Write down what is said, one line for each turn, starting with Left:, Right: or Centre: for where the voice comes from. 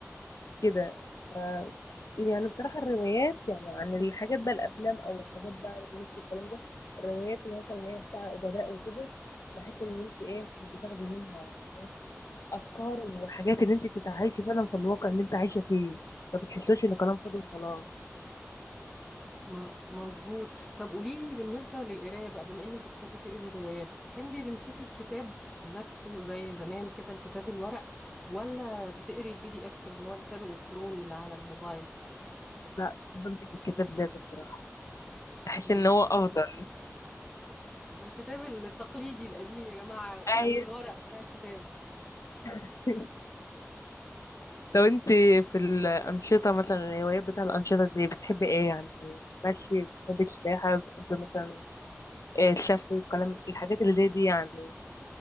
Left: كده ف... يعني بصراحة الروايات يعني عن الحاجات بقى الأفلام أو الحاجات بقى اللي انت الكلام ده الروايات اللي مثلا هي بتاع أدباء وكده بحس إن أنت إيه بتاخدي منها أفكار وحاجات إن أنت تتعايشي فعلا في الواقع اللي أنت عايشة فيه ما بتحسوش إن كلام فاضي وخلاص
Centre: م- مظبوط طب قولي لي بالنسبة للقراية بقى بما انك بتحبي تقري روايات بتحبي تمسكي الكتاب نفسه زي زمان كده الكتاب الورق ولا بتقري البي دي اف اللي هو الكتاب الالكتروني اللي على الموبايل
Left: لا بحب أمسك الكتاب ده بصراحة بحس
Centre: مش
Left: إن هو أفضل
Centre: الكتاب التقليدي القديم يا جماعة ريحة
Left: عايز
Centre: الورق بتاع الكتاب
Left: <laughs> لو أنت في الأنشطة مثلا الهوايات بتاع الأنشطة دي بتحبي إيه يعني ماشي بتحبي السباحة بتحبي مثلا آه، الشفوي والكلام الحاجات اللي زي دي يعني